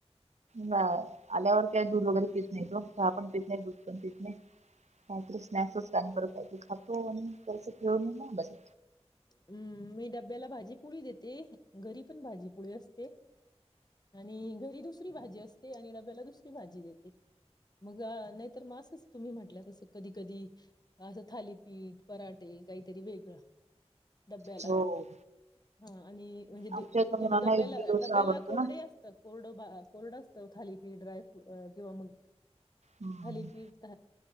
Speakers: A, on the right; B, on the left.
A: नाही आल्यावर काय दूध वगैरे पीत नाही तो चहा पण पीत नाही दूध पण पीत नाही. काहीतरी स्नॅक्सच का करतही ते खातो आणि त्याच ठेऊून ना बज
B: हम्म मी डब्याला भाजीपोळी देते घरी पण भाजीपोळी असते. आणि घरी दुसरी भाजी असते आणि डब्याला दुसरी भाजी देते. मग नाहीतर मासच तुम्ही म्हटलं तसं कधी कधी असं थालीपीठ पराठे काहीतरी वेगळं. डबब्याला
A: हो
B: हा आणि म्हणजे द
A: आमच्या इथ मुलांना
B: डबब्याला
A: इडली डोसा
B: डब्याला
A: आवडतो
B: कोरडे
A: ना.
B: असत. कोरडं कोरडं असतं थालीपीठ ड्रायफ्रूट किंवा मग
A: हम्म
B: थालीपीठ